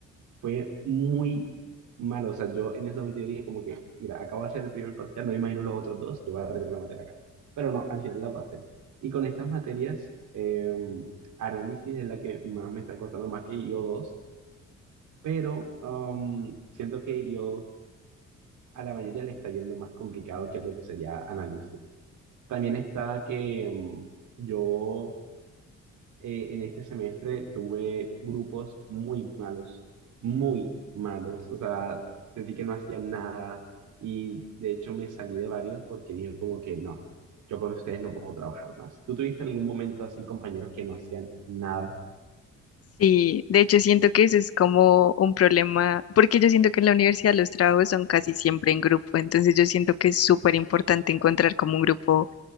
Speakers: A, on the right (about 75°); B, on the left (about 50°).
A: fue muy malo. O sea, yo en ese momento yo dije como que, mira, acabo de hacer el primer parcial, no me imagino los otros dos, yo voy a retirar la materia acá. Pero no, al final la pasé. Y con estas materias, eh, análisis es la que más me está costando, más que I O dos pero um, siento que I IO a la mayoría le está yendo más complicado que lo que sería análisis. También está que um, yo eh, en este semestre tuve grupos muy malos, muy malos, o sea, sentí que no hacían nada y de hecho me salí de varios porque dije como que no, yo con ustedes no puedo trabajar más. ¿Tú tuviste algún momento así compañeros que no hacían nada?
B: Sí, de hecho siento que eso es como un problema, porque yo siento que en la universidad los trabajos son casi siempre en grupo, entonces yo siento que es súper importante encontrar como un grupo